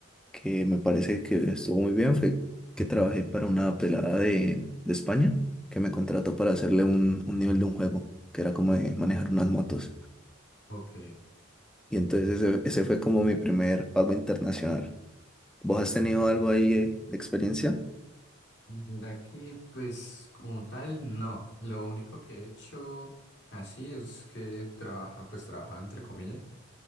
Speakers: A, in the centre; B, on the left.
A: que me parece que estuvo muy bien fue que trabajé para una pelada de, de España que me contrató para hacerle un, un nivel de un juego, que era como de manejar unas motos.
B: ok.
A: Y entonces ese, ese fue como mi primer pago internacional. ¿Vos has
B: cool.
A: tenido algo ahí eh, de experiencia?
B: Mira que, pues, como tal, no. Lo único que he hecho así es que trabaja, pues, trabajaba entre comillas